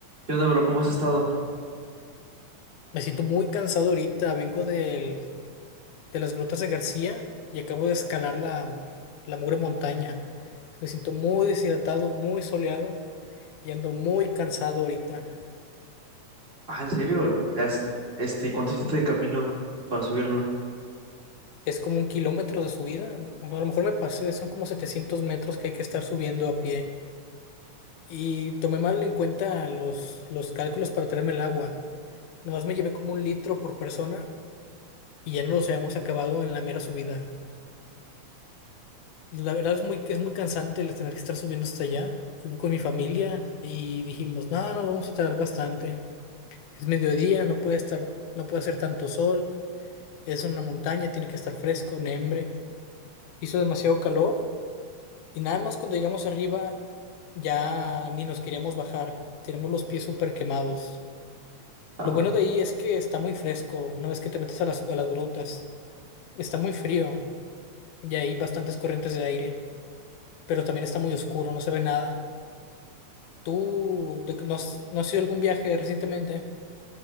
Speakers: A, on the right (about 20°); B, on the left (about 85°).
A: ¿Qué onda, bro? ¿Cómo has estado?
B: Me siento muy cansado ahorita, vengo del, de las grutas de García y acabo de escalar la, la mugre montaña. Me siento muy deshidratado, muy soleado y ando muy cansado ahorita.
A: Ah, ¿en serio? Ya has- Este, ¿cuánto hiciste de camino para subirlo?
B: Es como un kilómetro de subida, bueno, a lo mejor me pasé, son como 700 metros que hay que estar subiendo a pie. Y tomé mal en cuenta los, los cálculos para traerme el agua. Nomás me llevé como un litro por persona y ya no los habíamos acabado en la mera subida. pues, La verdad es muy, es muy cansante el tener que estar subiendo hasta allá. Fui con mi familia y dijimos, no, nos vamos a tardar bastante. Es mediodía, no puede estar, no puede hacer tanto sol. Es una montaña, tiene que estar fresco, nembre. Hizo demasiado calor y nada más cuando llegamos arriba ya ni nos queríamos bajar. Tenemos los pies súper quemados.
A: Ajá.
B: Lo bueno de ahí es que está muy fresco una vez que te metes a las, a las grutas. Está muy frío y hay bastantes corrientes de aire, pero también está muy oscuro, no se ve nada. ¿Tú de no has, no has ido a algún viaje recientemente?